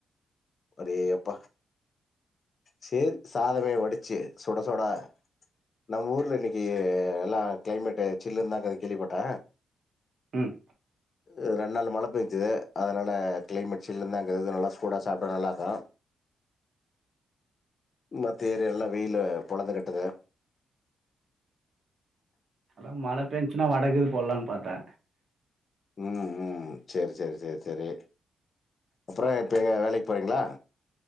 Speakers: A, on the left; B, on the right.
A: அடேயப்பா சேரி சாதமே வடிச்சி சுட சுட நம்ம ஊர்ல இன்னக்கி எல்லா கிளைமேட்டு சில்லுன்னுதா இருக்குன்னு கேள்விப்பட்டே
B: ம்
A: எதுனா நல்லா மழ பேஞ்சுது அதனால கிளைமேட் சில்லுன்னுதா அங்க இருக்குது நல்லா சூடா சாப்டா நல்லா இருக்கு மத்த ஏரியா எல்லா வெயிலு பொளந்து கட்டுது
B: அதா மழ பேஞ்ச்சுனா வட கீது போட்லான்னு பாத்தே
A: ம் ம் சேரி சேரி சேரி சேரி அப்றோ இப்ப எங்க வேலக்கி போறீங்களா?